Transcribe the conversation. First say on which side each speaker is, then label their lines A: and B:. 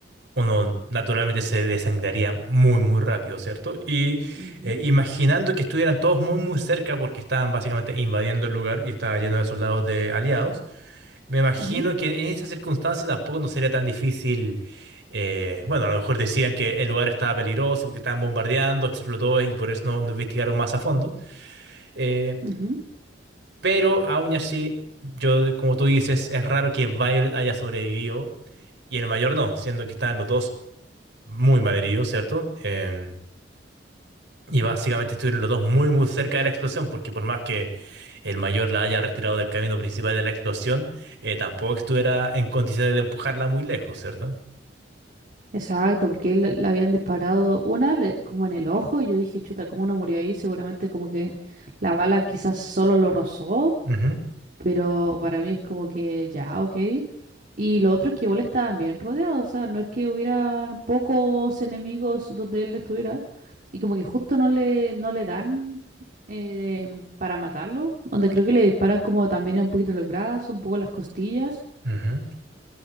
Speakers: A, on the right; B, on the right.
A: uno naturalmente se desangraría muy, muy rápido, ¿cierto? Y
B: Ujú.
A: eh, imaginando que estuvieran todos muy, muy cerca porque estaban básicamente invadiendo el lugar y estaba lleno de soldados de aliados, me imagino
B: Ujú,
A: que en esas circunstancias tampoco no sería tan difícil. eh, bueno, a lo mejor decían que el lugar estaba peligroso porque estaban bombardeando, explotó y por eso no, no investigaron más a fondo. eh,
B: ujú.
A: pero aún así, yo, como tú dices, es raro que Violet haya sobrevivido y el mayor no, siendo que estaban los dos muy mal herido, ¿cierto? Em, y básicamente estuvieron los dos muy, muy cerca de la explosión, porque por más que el mayor la haya retirado del camino principal de la explosión, eh, tampoco estuviera en condiciones de empujarla muy lejos, cierto
B: Exacto, porque él le habían disparado una le- como en el ojo y yo dije, chuta, ¿cómo no murió ahí? Seguramente como que la bala quizás solo lo rozó,
A: Ujú,
B: pero para mí es como que ya, ok. Y lo otro es que igual estaban bien rodeados, o sea, no es que hubieran pocos enemigos donde él estuviera y como que justo no le, no le dan eh, para matarlo, donde creo que le disparan como también un poquito en los brazos, un poco en las costillas.
A: ujú,